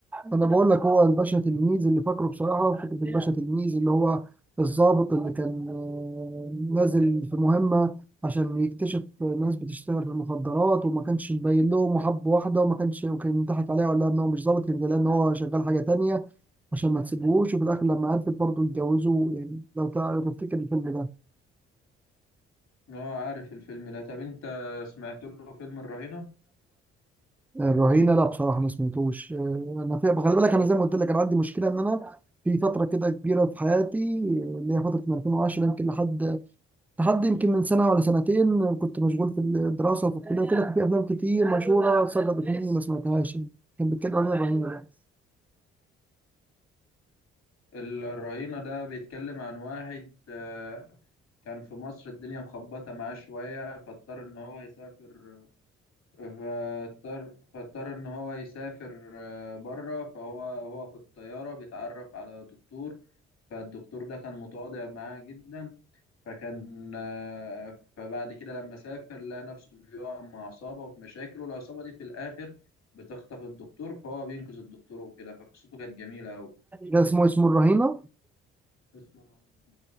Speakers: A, in the centre; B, on the left (about 55°).
A: أنا بقول لك هو الباشا تلميذ اللي فاكره بصراحة فكرة الباشا تلميذ اللي هو الضابط اللي كان آه، نازل في مهمة عشان يكتشف ناس بتشتغل في المخدرات وما كانش مبين لهم وحب واحدة وما كانش وكان يضحك عليها ولا إن هو مش ضابط كان قال إن هو شغال حاجة تانية عشان ما تسيبوهوش وفي الآخر لما عرفت برضه اتجوزوا يعني لو تع- لو تفتكر الفيلم ده
B: اه عارف الفيلم ده طب انت سمعت له فيلم الرهينة
A: الرهينه لا بصراحه ما سمعتوش آه، انا في خلي بالك انا
B: ال-
A: زي ما قلت لك انا عندي مشكله ان انا في فتره كده كبيره في حياتي آه، اللي هي فتره من 2010 يمكن لحد لحد يمكن من سنه ولا سنتين كنت مشغول في الدراسه وفي الكليه وكده ففي افلام كتير مشهوره سقطت مني ما سمعتهاش كان بيتكلم عن إيه الرهينه ده
B: الرهينة ده بيتكلم عن واحد آه، كان في مصر الدنيا مخبطة معاه شوية فاضطر إن هو يسافر فاضطر فاضطر إن هو يسافر آه، بره فهو وهو في الطيارة بيتعرف على دكتور فالدكتور ده كان متواضع معاه جدا فكان آه، فبعد كده لما سافر لقى نفسه بيقع مع عصابة وفي مشاكل والعصابة دي في الآخر بتخطف الدكتور فهو بينقذ الدكتور وكده فقصته كانت جميلة أوي
A: ده اسمه اسمه الرهينه
B: اسمه الرهيب